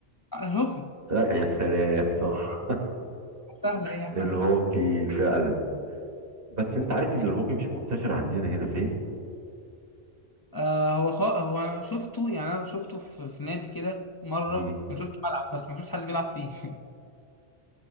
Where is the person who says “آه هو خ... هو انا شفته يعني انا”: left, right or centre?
Left